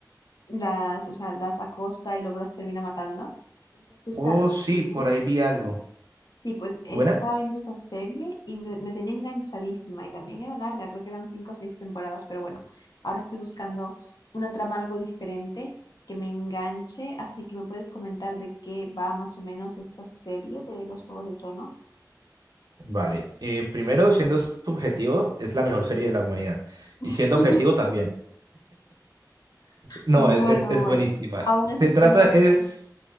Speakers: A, on the left (about 60°); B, on the right (about 65°).
A: las, o sea, las acosa y luego las termina matando. Entonces,
B: Oh,
A: claro, terminé.
B: sí, por ahí vi algo.
A: Sí, pues eh,
B: ¿Buena?
A: estaba viendo esa serie y me, me tenía enganchadísima y también era larga, creo que eran cinco o seis temporadas, pero bueno, ahora estoy buscando una trama algo diferente que me enganche, así que me puedes comentar de qué va más o menos esta serie de los Juegos de Trono.
B: Vale. Eh, primero, siendo subjetivo, es la mejor serie de la humanidad.
A: <laughs>
B: Y siendo objetivo también. No,
A: Bueno,
B: es, es, es
A: bueno,
B: buenísima.
A: aún eso
B: Se
A: está
B: trata,
A: en cuestión.
B: es...